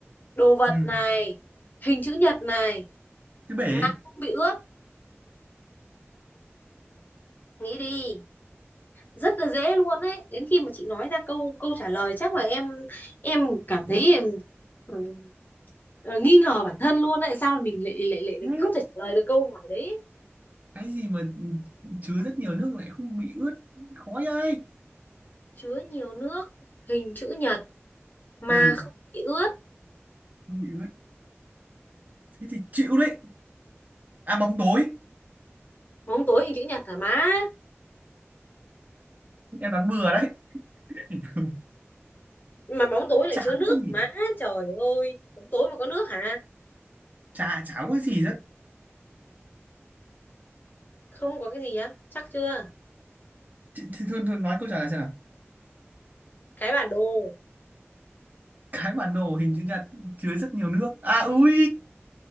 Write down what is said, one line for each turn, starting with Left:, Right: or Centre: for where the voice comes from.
Left: đồ vật
Right: ừ
Left: này hình chữ nhật này
Right: cái bể
Left: mà không bị ướt nghĩ đi rất là dễ luôn đấy đến khi mà chị nói ra câu câu trả lời chắc là em em cảm thấy em, ừ, ờ, nghi ngờ bản thân luôn đấy sao mình lại lại lại,
Right: Ừ,
Left: lại không thể trả lời được câu hỏi đấy
Right: cái gì mà chứa rất nhiều nước lại không bị ướt khó vậy
Left: chứa nhiều nước hình chữ nhật mà
Right: ừ
Left: không bị ướt
Right: không bị ướt thế thì chịu đấy à bóng tối
Left: bóng tối hình chữ nhật hả má
Right: em đoán bừa đấy <laughs>
Left: mà bóng tối lại
Right: chả
Left: chứa nước
Right: có cái gì
Left: hả má trời ơi bóng tối mà có nước hả
Right: chả chả có cái gì rất
Left: không có cái gì á chắc chưa
Right: Ch- thì thôi, thôi nói câu trả lời xem nào
Left: cái bản đồ
Right: cái bản đồ hình chữ nhật chứa rất nhiều nước à ui